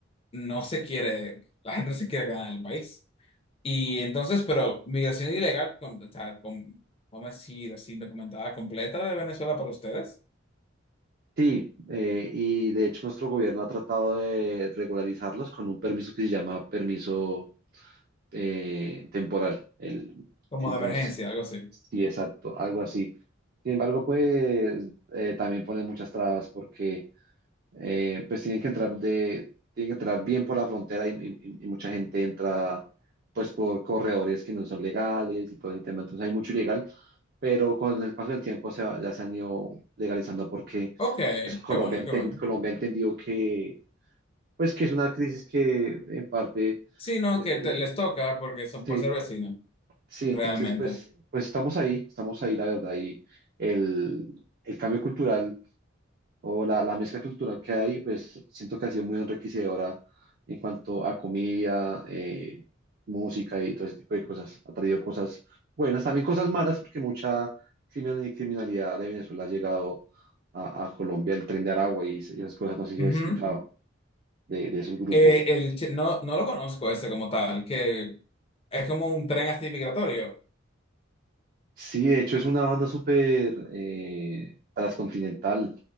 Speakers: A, on the left; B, on the right.
A: no se quiere, la gente no se quiere quedar en el país. Y entonces, pero migración ilegal, con, o sea, con, vamos a decir así, documentada completa de Venezuela para ustedes,
B: Sí, eh, y de hecho nuestro gobierno ha tratado de regularizarlos con un permiso que se llama permiso eh, temporal. El,
A: como
B: entonces,
A: de emergencia, algo así.
B: sí, exacto, algo así. Sin embargo, pues eh, también ponen muchas trabas porque eh, pues tienen que entrar de, tienen que entrar bien por la frontera y, y- y mucha gente entra pues por corredores que no son legales y todo ese tema. Entonces hay mucho ilegal, pero con el paso del tiempo se, va- ya se han ido legalizando porque
A: Ok, qué
B: Colombia,
A: bueno,
B: enten-
A: qué bueno.
B: Colombia entendió que, pues, que es una crisis que en parte, eh,
A: Sí, no,
B: eh,
A: que te- les toca porque son
B: sí,
A: por ser vecinos,
B: sí,
A: realmente.
B: entonces, pues, pues estamos ahí, estamos ahí, la verdad, y el, el cambio cultural o la, la mezcla cultural que hay, pues, siento que ha sido muy enriquecedora en cuanto a comida, eh, música y todo ese tipo de cosas. Ha traído cosas buenas, también cosas malas, porque mucha crimin- criminalidad de Venezuela ha llegado a, a Colombia, el tren de Aragua y, esas cosas, no sé si
A: Ujú.
B: has escuchado. de, de esos grupos.
A: Eh, el, chi- no, no lo conozco ese como tal, que es como un tren así migratorio.
B: Sí, de hecho es una banda súper eh, transcontinental.